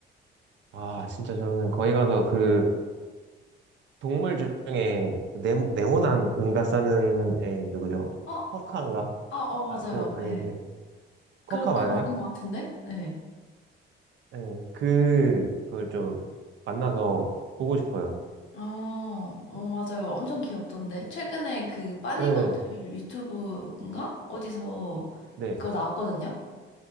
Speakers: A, on the right; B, on the left.
A: 아, 진짜 저는 거기 가서 그, 동물 중에, 그 네, 네모난 은가 싸는 애, 누구죠?
B: 어,
A: 쿼카인가?
B: 아, 어, 맞아요.
A: 아, 그, 아니,
B: 네.
A: 네. 쿼카
B: 그럼 그
A: 맞아요?
B: 맞는 것 같은데? 네.
A: 네, 그, 그걸 좀, 만나서 보고 싶어요.
B: 아, 어, 맞아요. 엄청 귀엽던데. 최근에 그 빠니버틀
A: 네,
B: 유튜브인가? 어디서
A: 네.
B: 그거 나왔거든요.